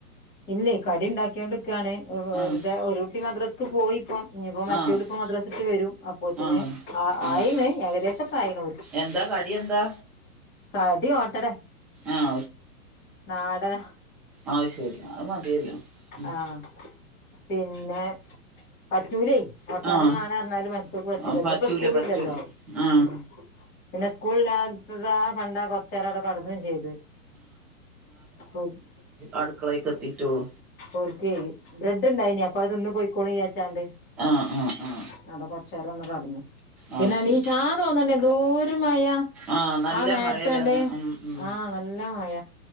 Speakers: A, on the left; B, in the centre.
A: ഇല്ലേ കടി ഇണ്ടാക്കിയാണ്ട്ക്കാണ് <unintelligible>
B: ആഹ്
A: ഒരു കുട്ടി മദ്രസ്ക്ക് പോയി ഇപ്പം ഇഞ്ഞ്പ്പോ മറ്റോൽ
B: ആഹ്
A: ഇപ്പം മദ്രസ്സിട്ട് വരും അപ്പോത്തിന്
B: ആഹ്
A: ആ
B: ആഹ്
A: ആയിന് ഏകദേശൊക്കെ ആയിനു
B: എന്താ കടി എന്താ
A: കടി ഓട്ടടെ
B: ആഹ്
A: നാടനാ
B: ആഹ് ശരി അത് മതിയല്ലോ ഉം
A: ആഹ് പിന്നെ പറ്റൂലേ ഓട്ടടെന്നാണ്
B: ആഹ്
A: പറഞ്ഞാലും മറ്റൊക്ക്‌ പറ്റൂല
B: ആ
A: ഇന്നിപ്പോ സ്കൂൾ
B: പറ്റൂല
A: ഇല്ലല്ലോ
B: ആ
A: മം പിന്നെ സ്കൂൾ ഇല്ലാ ത്തതാ കണ്ടാ കൊറച്ചേരം അവടെ കടന്നും ചെയ്ത് ഉം
B: അട്ക്കളേക്ക് എത്തിയിട്ടുള്ളൂ
A: ഓർക്കേ ബ്രെഡ് ഇണ്ടായിനീ അപ്പൊ അത് തിന്ന് പൊയ്ക്കോളും വിചാരിചാണ്ട്
B: ആ ആ ആ
A: അവിടെ കൊറച്ച നേരം ഒന്ന് കട്ന്നു
B: ആ
A: പിന്നെ
B: ശരി
A: നീചാ തോന്നണ്ടേ എന്തോരു മയ
B: ആ നല്ല
A: ആഹ നേരിത്തണ്ടേ
B: മഴയല്ലേ ഇന്ന് ഉം ഉം
A: ആഹ നല്ല മഴ